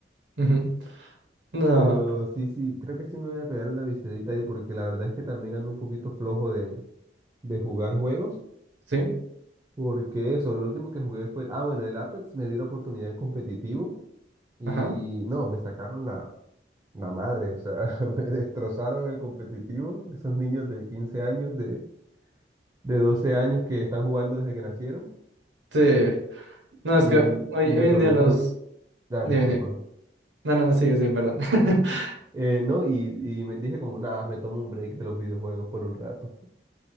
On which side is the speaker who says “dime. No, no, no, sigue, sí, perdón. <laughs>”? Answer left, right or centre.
Right